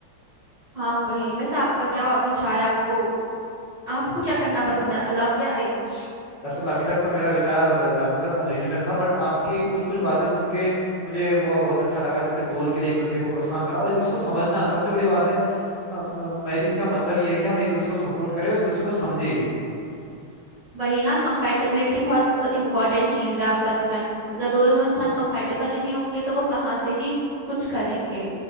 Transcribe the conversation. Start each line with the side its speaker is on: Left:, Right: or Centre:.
Right: हाँ वही वैसे आपका क्या विचार है आपको आपको
Left: है
Right: क्या करना पसंद है लव या अरेंज
Left: दरअसल अभी तक तो मेरा विचार ज्यादातर अरेंज में था बट आपकी कुछ कुछ बातें सुन के मुझे वो बहुत अच्छा लगा जैसे गोल के लिए एक दूसरे को प्रोत्साहन करना और एक दूसरे को समझना सबसे बड़ी बात है मैरिज का मतलब ये है कि हम एक दूसरे को सपोर्ट करें और एक दूसरे को समझे
Right: वही ना कंपैटिबिलिटी बहुत इंपॉर्टेंट चीज है आपस में अगर दोनों इंसान कंपैटिबल ही नहीं होंगे तो वो कहाँ से ही कुछ करेंगे